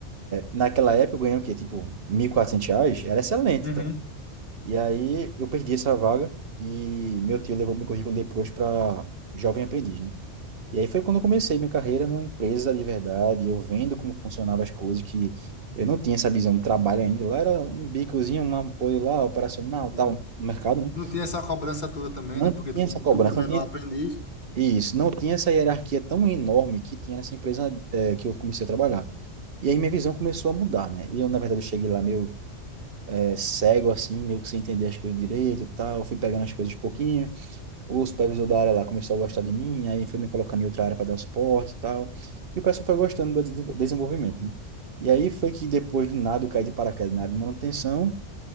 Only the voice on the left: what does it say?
Uhum.
Uhum.
Não tinha essa cobrança toda também,
né? Porque
tu, como
tu como
menor
aprendiz,